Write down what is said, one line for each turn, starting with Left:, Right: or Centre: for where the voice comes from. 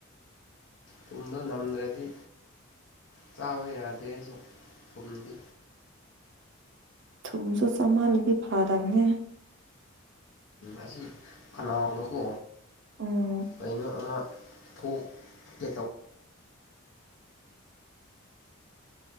Left: ꯊꯨꯝꯗꯣ ꯅꯝꯗ꯭ꯔꯗꯤ ꯆꯥꯕ ꯌꯥꯗꯦ ꯑꯩꯁꯨ ꯊꯨꯝꯗꯤ
Right: ꯊꯨꯝꯁꯨ ꯆꯞꯃꯥꯜꯂꯨꯗꯤ ꯐꯥꯗꯕꯅꯦ
Left: ꯑꯁꯤ ꯈꯅꯥꯎꯗꯀꯣ
Right: ꯎꯝ
Left: ꯀꯩꯅꯣ ꯑꯃ ꯊꯣꯛꯒꯦ ꯇꯧꯕ